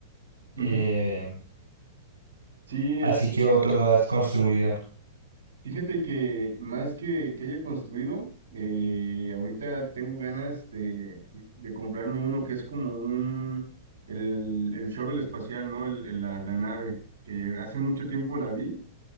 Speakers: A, on the right; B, on the right.
A: Ujú.
B: eh,
A: Sí,
B: así
A: este,
B: que otro has construido.
A: fíjate que más que, que haya construido, eh, ahorita tengo ganas de, de comprarme uno que es como un, el, el shuttle espacial, ¿no? El, el- la, la nave, que hace mucho tiempo la vi